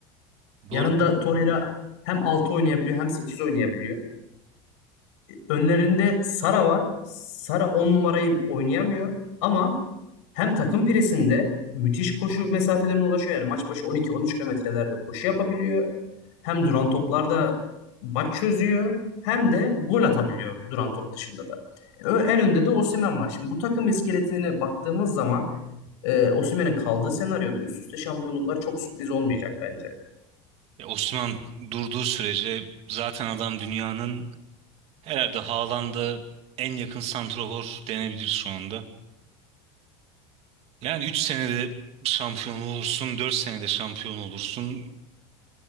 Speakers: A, on the left; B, on the right.
A: Yanında
B: Doğrudur.
A: Torreira hem 6 oynayabiliyor hem 8 oynayabiliyor önlerinde Sara var. Sara 10 numarayı oynayamıyor ama hem takım presinde müthiş koşu mesafelerine ulaşıyor. Yani maç başı 12-13 kilometrelerde koşu yapabiliyor. Hem duran toplarda maç çözüyor hem de gol atabiliyor duran top dışında da. Ö- En önde de Osimhen var. Şimdi bu takım iskeletine baktığımız zaman e, Osimhen'in kaldığı senaryoda üst üste şampiyonluklar çok sürpriz olmayacak bence.
B: Ya Osman durduğu sürece zaten adam dünyanın herhalde Haaland'a en yakın santrafor denebilir şu anda. Yani 3 senede şampiyon olursun, 4 senede şampiyon olursun.